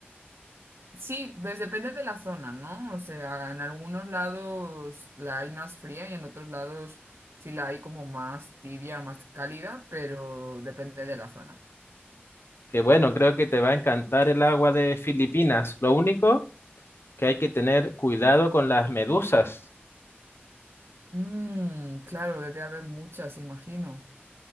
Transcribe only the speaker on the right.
Sí, pues depende de la zona, ¿no? O sea, en algunos lados la hay más fría y en otros lados sí la hay como más tibia, más cálida, pero depende de la zona.
Mm, claro, debe haber muchas, imagino.